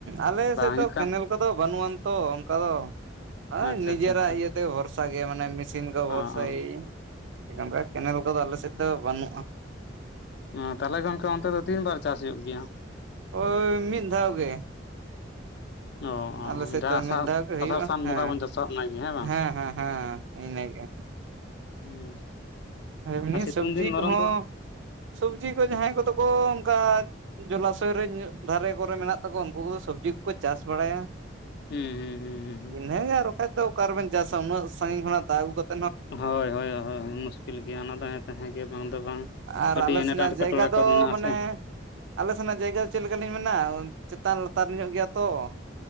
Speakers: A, on the right (about 75°); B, on the left (about 60°).
A: ᱟᱞᱮ
B: ᱵᱟᱝ
A: ᱥᱮᱫ
B: ᱦᱩᱭᱩᱜ
A: ᱫᱚ
B: ᱠᱟᱱ
A: ᱠᱮᱱᱮᱞ ᱠᱚᱫᱚ ᱵᱟᱹᱱᱩᱜ ᱟᱱ ᱛᱚ ᱚᱱᱠᱟ ᱫᱚ ᱦᱚᱭ
B: ᱟᱪᱪᱷᱟ
A: ᱱᱤᱡᱮᱨᱟᱜ
B: ᱟᱪᱪᱷᱟ ᱟᱪᱪᱷᱟ
A: ᱤᱭᱟᱹ ᱛᱮ ᱵᱷᱚᱨᱥᱟ ᱜᱮ ᱢᱟᱱᱮ ᱢᱮᱥᱤᱱ ᱠᱚ
B: ᱚ
A: ᱵᱷᱚᱨᱥᱟ
B: ᱚ
A: ᱮᱭ <unintelligible> ᱠᱮᱱᱮᱞ ᱠᱚᱫᱚ ᱟᱞᱮ ᱥᱮᱫ ᱫᱚ ᱵᱟᱹᱱᱩᱜᱼᱟ
B: ᱦᱚᱸ ᱛᱟᱦᱞᱮ ᱜᱚᱝᱠᱮ ᱚᱱᱛᱮ ᱫᱚ ᱛᱤᱱᱵᱟᱨ ᱪᱟᱥ ᱦᱩᱭᱩᱜ ᱜᱮᱭᱟ
A: ᱳᱭ ᱢᱤᱫ ᱫᱷᱟᱣ ᱜᱮ ᱾
B: ᱚ
A: ᱟᱞᱮ ᱥᱮᱫ
B: ᱡᱟᱦᱟᱸ
A: ᱫᱚ
B: ᱟᱥᱟᱲ
A: ᱢᱤᱫ ᱫᱷᱟᱣ ᱜᱮ ᱦᱩᱭᱩᱜᱼᱟ
B: ᱟᱥᱟᱲ ᱥᱟᱱ
A: ᱦᱮᱸ
B: ᱵᱚᱸᱜᱟ ᱵᱚᱱ ᱪᱟᱥᱟ ᱚᱱᱟᱜᱮ ᱵᱟᱝ?
A: ᱦᱮᱸ ᱦᱮᱸ ᱦᱮᱸ ᱤᱱᱟᱹ ᱜᱮ
B: ᱦᱩᱸ
A: ᱮᱢᱱᱤ
B: ᱟᱨ ᱥᱤᱛᱩᱝ
A: ᱥᱚᱵᱽᱡᱤ
B: ᱫᱤᱱ ᱫᱷᱚᱨᱚᱱ
A: ᱠᱚᱦᱚᱸ
B: ᱫᱚ
A: ᱥᱚᱵᱡᱤ ᱠᱚ ᱡᱟᱦᱟᱸᱭ ᱠᱚᱫᱚ ᱠᱚ ᱚᱱᱠᱟ ᱡᱚᱞᱟᱥᱚᱭ ᱨᱮ ᱧᱚᱜ ᱫᱷᱟᱨᱮ ᱠᱚᱨᱮ ᱢᱮᱱᱟᱜ ᱛᱟᱠᱚᱣᱟ ᱩᱱᱠᱩ ᱠᱚᱫᱚ ᱥᱚᱵᱽᱡᱤ ᱠᱚᱠᱚ ᱪᱟᱥ ᱵᱟᱲᱟᱭᱟ
B: ᱦᱩᱸ ᱦᱩᱸ ᱦᱩᱸ
A: ᱤᱱᱟᱹᱜᱮ ᱟᱨ ᱵᱟᱠᱷᱟᱡ ᱫᱚ ᱚᱠᱟ ᱨᱮᱵᱮᱱ ᱪᱟᱥᱟ ᱩᱱᱟᱹᱜ ᱥᱟᱺᱜᱤᱧ ᱠᱷᱚᱱᱟᱜ ᱫᱟᱜ ᱟᱹᱜᱩ ᱠᱟᱛᱮ
B: ᱦᱚᱭ ᱦᱚᱭ ᱦᱚᱭ ᱢᱩᱥᱠᱤᱞ ᱜᱮᱭᱟ ᱚᱱᱟ ᱫᱚ ᱦᱮᱸ ᱛᱚ ᱦᱮᱸ ᱜᱮ ᱾ ᱵᱟᱝ ᱫᱚ ᱵᱟᱝ
A: ᱟᱨ
B: ᱟᱹᱰᱤ
A: ᱟᱞᱮ
B: ᱮᱱᱮᱴ
A: ᱥᱮᱱᱟᱜ
B: ᱮᱴᱠᱮᱴᱚᱲᱮ
A: ᱡᱟᱭᱜᱟ ᱫᱚ
B: ᱠᱚ ᱢᱮᱱᱟᱜ
A: ᱢᱟᱱᱮ
B: ᱟᱥᱮ ᱾
A: ᱟᱞᱮ ᱥᱮᱱᱟᱜ ᱡᱟᱭᱜᱟ ᱫᱚ ᱪᱮᱫ ᱞᱮᱠᱟᱞᱤᱧ ᱢᱮᱱᱟ ᱪᱮᱛᱟᱱ ᱞᱟᱛᱟᱨ ᱧᱚᱜ ᱜᱮᱭᱟ ᱛᱚ,